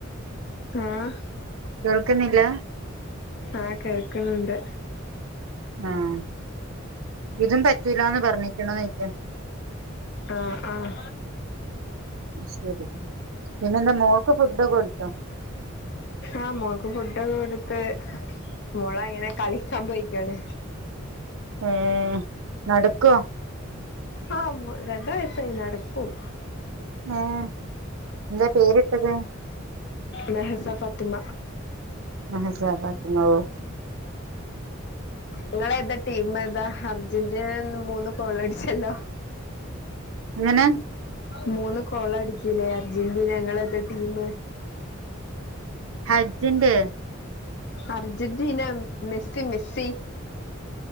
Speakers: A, on the left (about 55°); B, on the right (about 80°).
A: ആഹ്
B: കേൾക്കുന്നില്ല
A: ആഹ് കേൾക്കുന്നുണ്ട്
B: ആഹ് ഇതും പറ്റൂലാന്ന് പറഞ്ഞിക്ക്ണോ ചോയിക്കാ
A: ആഹ് ആഹ്
B: ശരി പിന്നെ എന്താ മോൾക്ക് ഫുഡൊക്കെ കൊടുത്തോ?
A: ആഹ് മോൾക്ക് ഫുഡൊക്കെ ത്ത് മോളങ്ങനെ കളിക്കാൻ പോയിക്കാണ്
B: ഏഹ് നടക്കോ?
A: ആഹ് മോ രണ്ട് വയസ്സായി നടക്കും
B: ഏഹ് എന്താ പേരിട്ടത്?
A: മെഹസ ഫാത്തിമ
B: മെഹസാ ഫാത്തിമ ഓഹ്
A: ഇങ്ങളേതാ ടീമേതാ അർജന്റീന ഇന്ന് മൂന്ന് ഗോളടിച്ചല്ലോ
B: എങ്ങനെ?
A: മൂന്ന് ഗോളടിച്ചില്ലേ അർജന്റീന ഇങ്ങളേതാ ടീമ്?
B: ഹജ്ജിന്റെ
A: അർജന്റീന മെസ്സി മെസ്സി